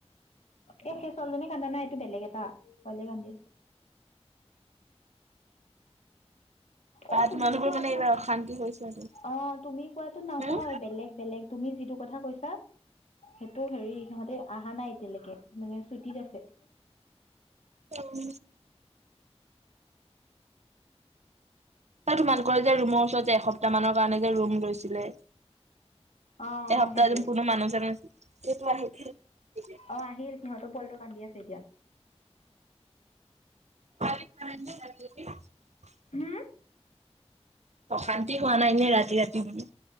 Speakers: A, on the left; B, on the right.
A: এ সেই ছোৱালজনী কান্দা নাই এইটো বেলেগ এটা পোৱালিয়ে কান্দি আছে।
B: বা
A: অ', তুমি
B: তোমালোকৰ
A: কোৱাাতটো
B: মানে এইবাৰ অশান্তি হৈছে আৰু
A: অ', তুমি কোৱা নহয়
B: হম
A: বেলেগ বেলেগ তুমি যিটো কথা কৈছা সেইটো হেৰি সিহঁতে অহা নাই এতিয়ালৈকে মানে ছুটিত আছে।
B: উম। তোমালোকলে যে ৰুমৰ ওচৰত যে এসপ্তাহ মানৰ কাৰণে যে ৰুম লৈছিলে?
A: অ
B: এসপ্তাহ,
A: অ সেইটোৱে
B: কোনো মানুহ-চানুহ <unintelligible>
A: অ'! আহিল, সিহঁত পোৱালিটো কান্দি আছে, এতিয়া।
B: <unintelligible>
A: হোঁ?
B: অশান্তি হোৱা নাই নে ৰাতি-ৰাতি মানে?